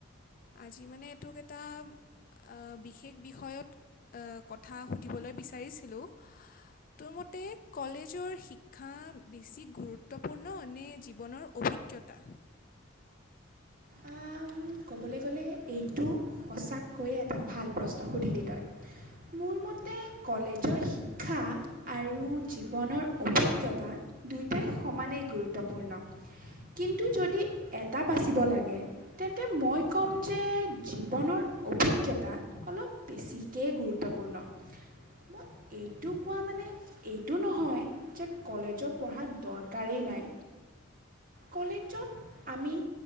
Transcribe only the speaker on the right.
অ, উম, ক'বলৈ গ'লে এইটো সঁচাককৈয়ে এটা ভাল প্ৰশ্ন সুধিলি তই। মোৰ মতে কলেজৰ শিক্ষা আৰু জীৱনৰ অভিজ্ঞতা দুয়টাই সমানেই গুৰুত্বপূৰ্ণ কিন্তু যদি এটা বাচিব লাগ গে তেন্তে মই ক'ম যে জীৱনৰ অভিজ্ঞতা অলপ বেছিকে গুৰুত্বপূৰ্ণ। মই এইটো কোৱা মানে এইটো নহয় যে কলেজৰ পঢ়া দৰকাৰেই নাই।
কলেজত আমি